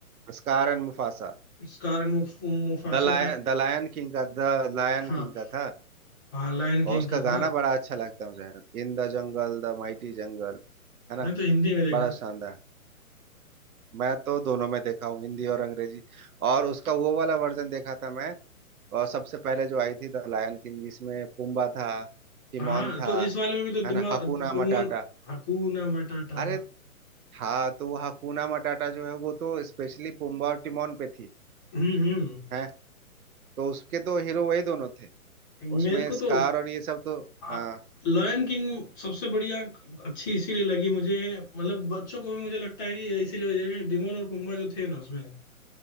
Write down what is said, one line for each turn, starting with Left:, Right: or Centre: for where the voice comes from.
Right: Scar and Mufasa
Left: स्कार एंड मुफासा
Right: द लायन
Left: था
Right: द लायन किंग का The lion
Left: हाँ
Right: king का था
Left: हाँ लायन किंग
Right: और उसका
Left: का था
Right: गाना बड़ा अच्छा लगता है मुझे in the jungle the mighty jungle है ना
Left: मैं तो हिंदी में देखा
Right: बड़ा शानदार मैं तो दोनों में देखा हूँ हिंदी और अंग्रेजी और उसका वो वाला वर्जन देखा था मैं और सबसे पहले जो आई थी द लायन किंग जिसमें पुम्बा था टिमोन
Left: हाँ
Right: था
Left: तो इस वाले में भी तो
Right: है
Left: दिमाग
Right: ना हकुना
Left: पुमोन
Right: मटाटा
Left: हकूना मटाटा
Right: अरे था तो वो हकुना मटाटा जो है वो तो स्पेशली पुम्बा और टिमोन पे थी
Left: हम्म हम्म।
Right: है तो उसके तो हीरो वही दोनों थे
Left: मेरे
Right: उसमें
Left: को तो
Right: स्कार और ये सब तो
Left: आ,
Right: हाँ
Left: लॉयन किंग सबसे बढ़िया अच्छी इसीलिए लगी मुझे मतलब बच्चों को भी मुझे लगता है कि ये इसीलिए वजह है कि डिमोन और पुम्बा जो थे ना उसमें